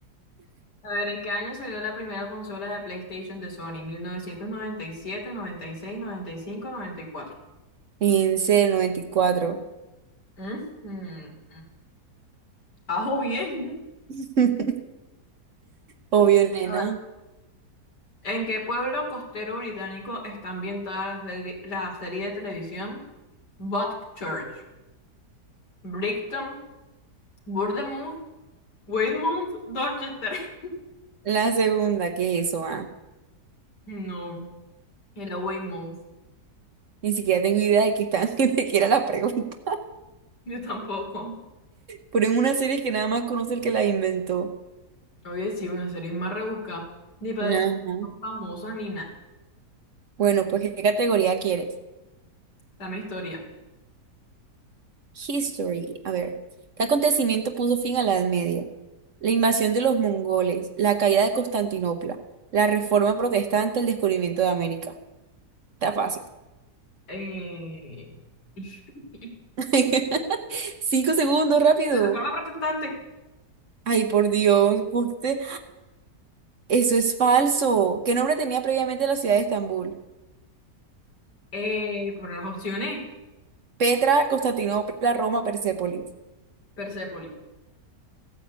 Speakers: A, on the left (about 75°); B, on the right (about 50°).
A: A ver, ¿en qué año salió la primera consola de PlayStation de Sony? ¿1997, 96, 95, 94?
B: En serio, noventa y cuatro.
A: Ujú. Ajo bien.
B: <laughs> Obvio, nena.
A: A ver, ¿En qué pueblo costero británico está ambientada la serie, la serie de televisión Church? ¿Brighton, Bournemouth, Weymouth, Dorchester? <laughs>
B: La segunda, ¿qué es eso? Ah?
A: No, era Weymouth.
B: Ni siquiera tengo idea de que está, <laughs> ni siquiera la pregunta.
A: Yo tampoco.
B: Pero en una serie que nada más conoce el que la inventó.
A: Oye, sí, una serie más rebuscada. Ni para
B: Ajá.
A: decir que son famosas ni nada.
B: Bueno, pues, ¿qué categoría quieres?
A: Dame historia.
B: History. A ver, ¿qué acontecimiento puso fin a la Edad Media? La invasión de los mongoles, la caída de Constantinopla, la reforma protestante, el descubrimiento de América. Está fácil.
A: eh, <laughs>
B: <laughs> Cinco segundos, rápido.
A: la reforma protestante
B: Ay, por Dios, usted- eso es falso. ¿Qué nombre tenía previamente la ciudad de Estambul?
A: eh, por las opciones
B: Petra, Constantinopla, Roma, Persépolis.
A: Persépolis.